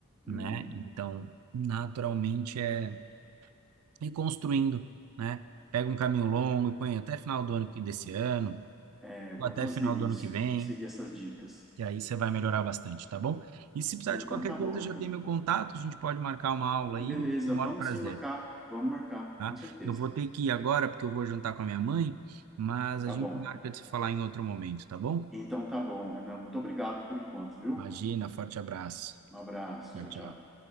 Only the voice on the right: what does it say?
né? Então, naturalmente é ir construindo, né? Pega um caminho longo e põe até final do ano que desse ano,
ou
até
final
do ano que vem.
E aí você vai melhorar bastante, tá bom? E se precisar
de qualquer
coisa,
já tem meu contato, a gente pode marcar uma aula
aí,
com o maior
prazer,
tá?
Eu vou ter que ir agora, porque eu vou jantar com a minha mãe, mas a
gente
marca de se falar em outro momento, tá bom?
Imagina, forte abraço.
Tchau,
tchau.